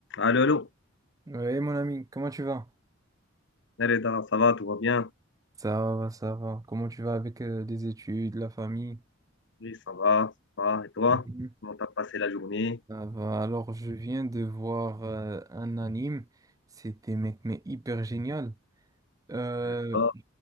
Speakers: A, on the left; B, on the right.
A: Allô, allô,
B: Oui, mon ami, comment tu vas?
A: Eh, Reda, ça va, tout va bien?
B: Ça va, ça va. Comment tu vas avec euh, les études, la famille?
A: Oui, ça va, ça va. Et toi?
B: Mhm.
A: Comment t'as passé la journée?
B: Ça va. Alors, je viens de voir euh, un anime. C'était mec, mais hyper génial. Euh,
A: D'accord.